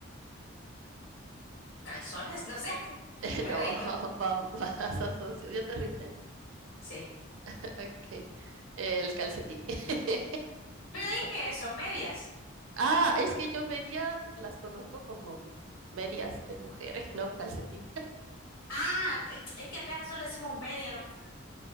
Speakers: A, on the left; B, on the right.
A: ¿Calzones? No sé. <laughs>
B: <laughs>
A: Me
B: No,
A: rindo.
B: vam- vas a socio- ¿Ya te rindes?
A: Sí.
B: <laughs> Ok. El calcetín. <laughs>
A: Pero dije eso, medias.
B: Ah, es que yo medias las conozco como medias de mujeres, <laughs> no calcetín.
A: Ah, es es que acá nosotros le decimos media, no <laughs>